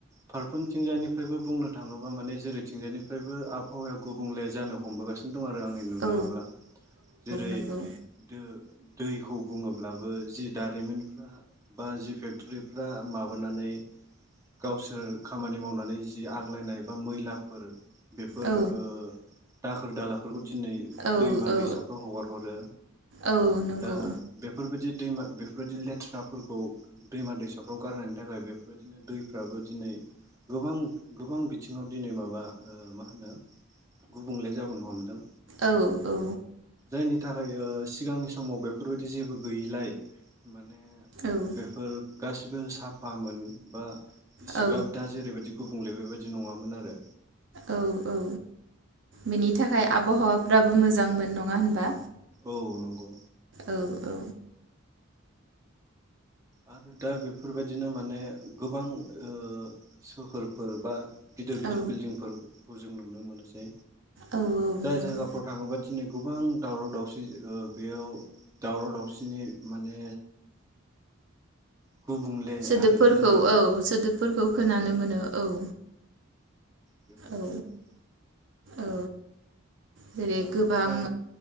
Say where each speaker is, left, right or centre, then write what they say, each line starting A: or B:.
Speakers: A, on the right; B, on the right.
A: फारफ्रोमथिंजायनिफ्रायबो बुंनो थाङोबा माने जेरैथिंजायनिफ्रायबो आबहावाया गुबुंले जानो हमबोगासिन दं आरो आंनि
B: औ
A: नुनायावब्ला
B: औ
A: जेरै
B: नंगौ
A: दो दैखौ बुङोब्लाबो जि दारिमिनफ्रा बा जि फेक्ट'रिफ्रा माबानानै गावसोर खामानि मावनानै जि आग्लायनाय बा मैलाफोर बेफोर
B: औ
A: ओ दाखोर दाला दिनै
B: औ
A: दैमा
B: औ
A: दैसाफ्राव हगार हरो
B: औ नंगौ
A: दा बेफोरबायदि दैमा बेफोरबायदि लेथ्राफोरखौ दैमा दैसाफ्राव गारनायनि थाखाय बेफोरबायदिनो दैफ्राबो दिनै गोबां गोबां बिथिङाव दिनै माबा ओ मा होनो गुबुंले जाबोन हमदों।
B: औ औ।
A: जायनि थाखाय ओ सिगांनि समाव बेफोरबायदि जेबो गैयिलाय माने ए
B: औ
A: बेफोर गासिबो साफा मोन बा इसिग्राब
B: औ
A: दा जेरैबायदि गुबुंले बेबायदि नङामोन आरो
B: औ औ बिनि थाखाय
A: ओ
B: आबहावा फ्राबो मोजांमोन नङा होनबा?
A: औ नंग'।
B: औ औ
A: आरो दा बेफोरबायदिनो माने गोबां ओ सोहोरफोर बा गिदिर गिदिर
B: औ
A: बिल्डिंफोर खौ जों नुनो मोनोसै।
B: औ
A: जाय
B: नंगौ
A: जायगाफोराव थाङोबा दिनै गुबां दावराव दावसि ओ बेयाव दावराव दावसिनि माने गुबुंले
B: सोदोबफोरखौ
A: आरो जेनेबा
B: औ सोदोबफोरखौ खोनानो मोनो औ।
A: बेफोर
B: औ
A: बायदि आरो।
B: औ जेरै
A: दा
B: गोबां
A: ओमफ्राय